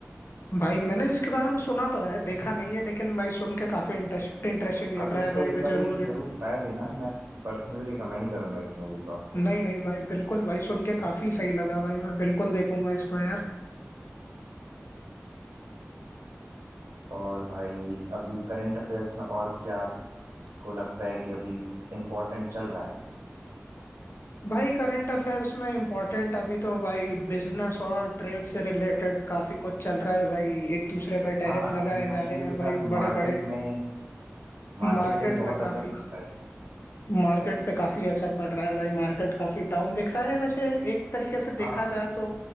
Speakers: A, on the left (about 55°); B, on the right (about 70°).
A: भाई मैंने इसके बारे में सुना तो है देखा नहीं है लेकिन भाई सुन के काफी इंटरेस्ट इंटरेस्टिंग लग
B: आप
A: रहा
B: इसको
A: है भाई
B: एक
A: मैं
B: बार
A: जरूर
B: ये जरूर ट्राई देना मैं पर्सनली रिकमेंड करूंगा इस मूवी को आपको
A: नहीं नहीं भाई बिल्कुल भाई सुन के काफी सही लगा भाई मैं बिल्कुल देखूंगा इसको यार
B: और भाई अभी करंट अफेयर्स में और क्या आपको लगता है कि अभी इम्पोर्टेंट चल रहा है
A: भाई करंट अफेयर्स में इम्पोर्टेंट अभी तो भाई बिजनेस और ट्रेड से रिलेटेड काफी कुछ चल रहा है भाई एक दूसरे पे
B: हाँ
A: टैरिफ लगाए
B: इन सब
A: जा
B: चीजों
A: रहे हैं
B: के
A: भाई
B: साथ
A: बड़े
B: मार्केट
A: बड़े
B: में मार्केट
A: मार्केट
B: पे भी बहुत
A: में काफी
B: असर पड़ता है
A: मार्केट पे काफी असर पड़ रहा है भाई मार्केट काफी डाउन दिख रहा है वैसे एक तरीके से देखा
B: हाँ
A: जाए तो